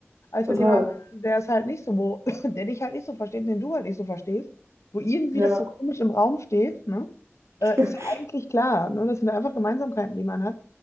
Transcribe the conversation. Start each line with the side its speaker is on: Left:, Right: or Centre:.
Left: als
Right: Total.
Left: mit jemandem, der es halt nicht so, wo, <laughs> <clears throat> der dich halt nicht so versteht, den du halt nicht so verstehst, wo irgendwie
Right: Ja.
Left: das so komisch im Raum steht, ne?
Right: <laughs>
Left: Äh, ist ja eigentlich klar, ne? Das sind ja einfach Gemeinsamkeiten, die man hat.